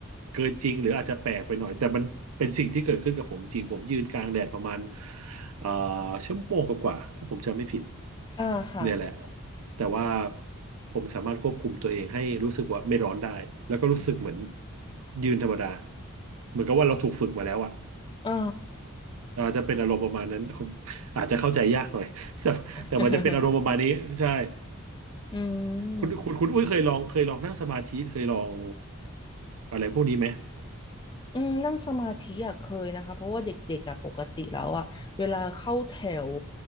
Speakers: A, on the right; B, on the left.
A: เกินจริงหรืออาจจะแปลกไปหน่อยแต่มันเป็นสิ่งที่เกิดขึ้นกับผมจริงผมยืนกลางแดดประมาณเอ่อชั่วโมงกว่าๆถ้าผมจำไม่ผิด
B: อ่าค่ะ
A: เนี่ยแหละ แต่ว่าผมสามารถควบคุมตัวเองให้รู้สึกว่าไม่ร้อนได้แล้วก็รู้สึกเหมือนยืนธรรมดาเหมือนกับว่าเราถูกฝึกมาแล้วอ่ะ
B: อ๋อ
A: อาจจะเป็นอารมณ์ประมาณนั้นผมอาจจะเข้าใจยากหน่อย <laughs> แต่แต่มันจะเป็นอารมณ์ประมาณนี้ใช่
B: <laughs> อืม
A: คุณคุณคุณอุ้ยเคยลองเคยลองนั่งสมาธิเคยลองอะไรพวกนี้ไหม
B: อืมนั่งสมาธิอ่ะเคยนะคะเพราะว่าเด็กๆอ่ะปกติแล้วอ่ะเวลาเข้าแถว